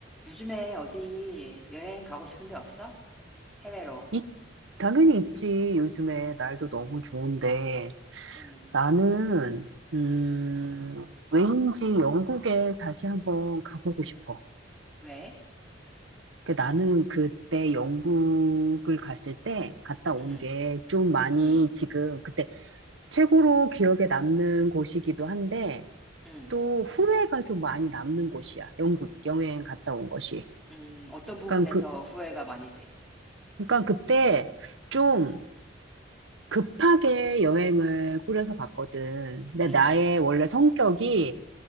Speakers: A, in the centre; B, on the right.
A: 요즘에 어디 여행 가고 싶은 데 없어? 해외로.
B: 이- 당연히 있지. 요즘에 날도 너무 좋은데
A: 음,
B: 나는 음, 왜인지 영국에 다시 한번 가보고 싶어.
A: 왜?
B: 그 나는 그때 영국을 갔을 때 갔다 온
A: 음,
B: 게 좀 많이
A: 음,
B: 지금 그때 최고로 기억에 남는 곳이기도 한데
A: 음,
B: 또 후회가 좀 많이 남는 곳이야. 영국 여행 갔다 온 것이.
A: 음, 어떤 부분에서
B: 그러니까 그
A: 후회가 많이 돼?
B: 그러니까 그때 좀 급하게 여행을 꾸려서 갔거든. 근데
A: 음,
B: 나의 원래 성격이